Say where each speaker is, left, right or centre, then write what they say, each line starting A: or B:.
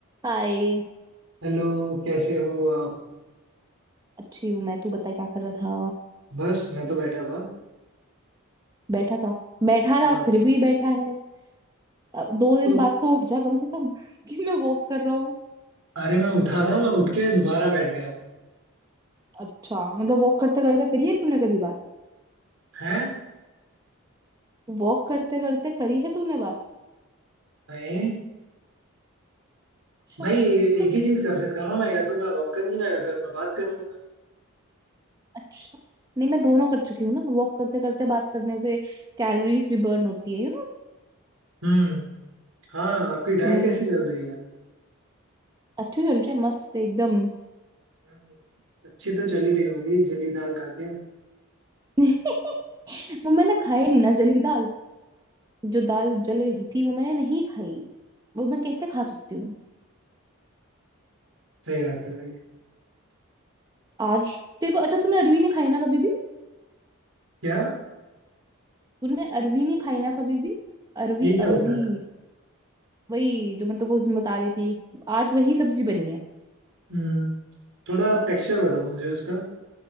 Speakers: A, on the right; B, on the right.
A: हाय
B: Hello कैसे हो आप
A: अच्छी हूँ मैं तू बता क्या कर रहा था
B: बस मैं तो बैठा था
A: बैठा था बैठा था
B: हाँ
A: फिर भी बैठा है अब दो दिन
B: तो
A: बाद तो उठ जा कम से कम <laughs> कि मैं वॉक कर रहा हूँ
B: अरे मैं उठा था मैं उठ के दोबारा बैठ गया हूँ
A: अच्छा मतलब वॉक करते करते करी है तूने कभी बात
B: हैं
A: वॉक करते करते करी है तूने बात
B: भाई
A: अच्छा
B: भाई
A: तू
B: एक ही चीज कर सकता हूँ ना मैं या तो मैं वॉक करूंगा या फिर मैं बात करूंगा
A: अच्छा नहीं मैं दोनों कर चुकी हूँ ना वॉक करते करते बात करने से कैलोरीज भी बर्न होती है यू नो
B: हम्म हाँ आपकी डाइट
A: हम्म
B: कैसी चल रही है
A: अच्छी चल रही है मस्त एकदम
B: हम्म, अच्छी तो चली रही होगी जली दाल खा के
A: <laughs> वो मैंने खाई नहीं ना जली दाल जो दाल जल रही थी वो मैंने नहीं खाई वो मैं कैसे खा सकती हूँ
B: सही बात है भाई
A: आज तेरे को अच्छा तूने अरवी नहीं खाई ना कभी भी
B: क्या
A: तूने अरवी नहीं खाई ना कभी भी अरवी
B: ये क्या होता
A: अरवी
B: है
A: वही जो मैं तेरे को बता रही थी आज वही सब्जी बनी है
B: हम्म थोड़ा टेक्सचर बताओ मुझे उसका